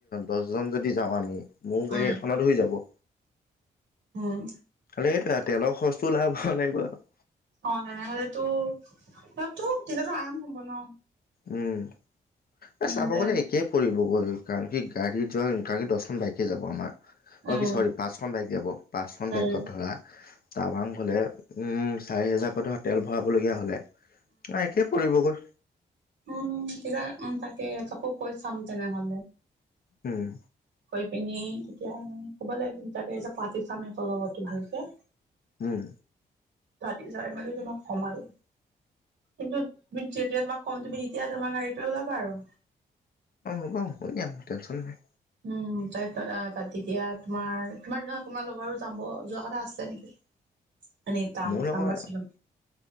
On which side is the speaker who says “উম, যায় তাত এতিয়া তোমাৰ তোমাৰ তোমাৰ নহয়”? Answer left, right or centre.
Right